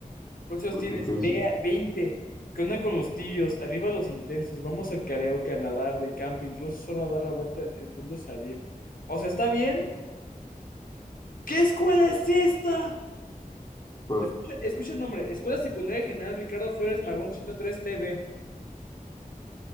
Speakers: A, on the left; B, on the left.
A: ¿Cuántos años
B: ¿por
A: tienes?
B: qué? ¿Qué dice?
A: Ve- veinte? ¿Qué onda con los tibios? Arriba los intensos. Vamos al karaoke, a nadar, de camping, incluso solo a dar la vuelta. El punto es salir. O sea, ¿está bien? ¿Qué escuela es esta?
B: ¿Cuál?
A: Escucha, escucha el nombre. Escuela Secundaria General Ricardo Flores Magón 103 TV.